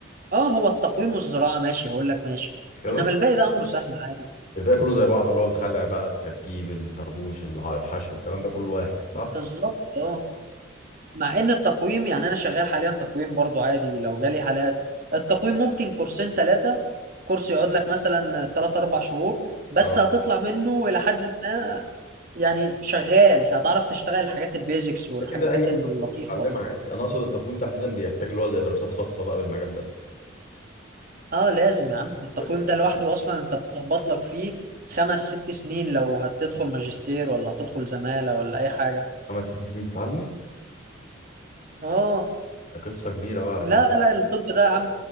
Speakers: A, on the right; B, on the left.
A: اه هو التقويم والزراعة ماشي هقول لك ماشي
B: كده
A: انما الباقي ده امره سهل عادي
B: الباقي كله زي بعض اللي هو الخلع بقى التركيب الطربوش الع- الحشو الكلام ده كله واحد صح؟
A: بالظبط اه مع ان التقويم يعني انا شغال حاليا تقويم برضو عادي لو جالي حالات التقويم ممكن كورسين ثلاثة كورس يقعد لك مثلا ثلاث اربع شهور بس
B: اه
A: هتطلع منه الى حد ما يعني شغال هتعرف تشتغل الحاجات البيزكس والحاجات
B: كده اي حاجه
A: اللطيفة
B: ممكن تتعلمها
A: دي
B: عادي انا اقصد التقويم تحديدا بيحتاج اللي هو زي دراسات خاصه بقى بالمجال ده
A: اه لازم يا عم التقويم
B: كده
A: ده لوحده اصلا انت بتخبط لك فيه خمس ست سنين لو هتدخل ماجستير ولا هتدخل زمالة ولا اي حاجة
B: خمس ست سنين تتعلم
A: اه
B: ده قصه كبيره بقى على
A: لا
B: كده
A: لا الطب ده يا عم